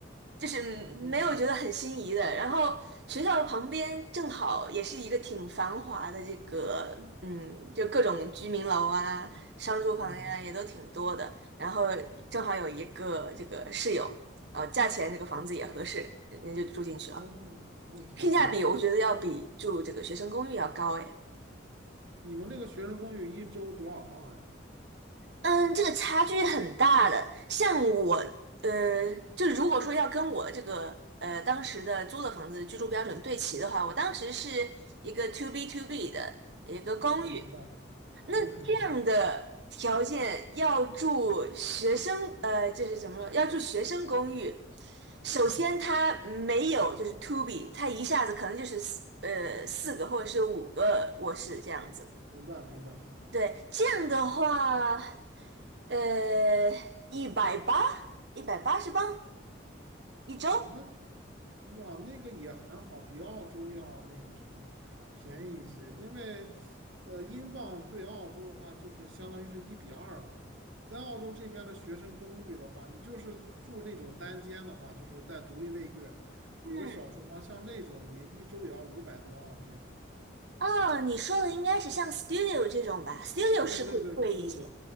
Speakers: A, on the right; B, on the right.
A: 就是没有觉得很心仪的。
B: 哦，
A: 然后学校旁边正好也是一个挺繁华的这个，嗯，就各种居民楼啊、商住房呀、
B: 嗯，
A: 也都挺多的。然后正好有一个这个室友，呃，价钱这个房子也合适，人家就住进去了，
B: 哦，那挺好。
A: 性价比我觉得要比住这个学生公寓要高诶。
B: 你们那个学生公寓一周多少磅呀？
A: 嗯，这个差距很大的。像我，呃，就如果说要跟我这个呃当时的租的房子居住标准对齐的话，我当时是一个 to B to B 的一个公寓。
B: 哦，明白。
A: 那这样的条件要住学生，
B: 嗯
A: 呃，就是怎么说，要住学生公寓，
B: 嗯
A: 首先它没有就是 to B，它一下子可能就是四呃四个或者是五个卧室这样子。
B: 嗯，明白明白。
A: 对，这样的话，呃，一百八，一百八十磅一周。
B: 哇，那哇那个也还好，比澳洲要那个什么便宜一些，因为呃，英镑对澳洲的话就是相当于是一比二吧。在澳洲这边的学生公寓的话，你就是住那种单间的话，就是带独立卫浴，
A: 嗯，
B: 有个小厨房，像那种也一周也要五百多澳币的。
A: 啊，你说的应该是像 studio 这种吧？studio
B: 对对对对对，
A: 是会贵一些。